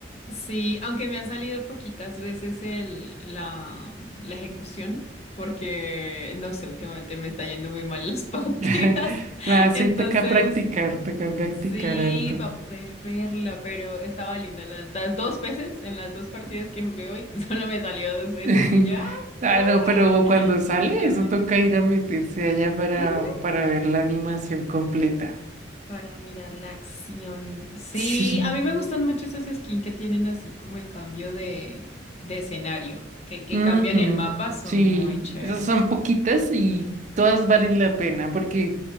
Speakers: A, on the left; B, on the right.
A: Sí, aunque me han salido poquitas veces el, la, la ejecución, porque, no sé, últimamente me está yendo muy mal las <laughs> partidas.
B: <laughs> Nada, sí,
A: Entonces,
B: toca practicar, toca practicar
A: Sí,
B: harto.
A: para poder verla, pero estaba linda. Las, las dos veces, en las dos partidas que jugué hoy, <laughs> solo me salió dos veces
B: <laughs>
A: y ya,
B: Ah,
A: corre!
B: no, pero cuando sale,
A: A meterme.
B: eso toca ir a meterse allá para,
A: Ujú.
B: para ver la animación completa.
A: Para mirar la acción. Sí,
B: Sí,
A: a mí me gustan mucho esas skins que tienen así como el cambio de, de escenario, que, que
B: ujú,
A: cambian el mapa, son
B: Sí,
A: muy chéveres.
B: esas son poquitas y todas valen la pena porque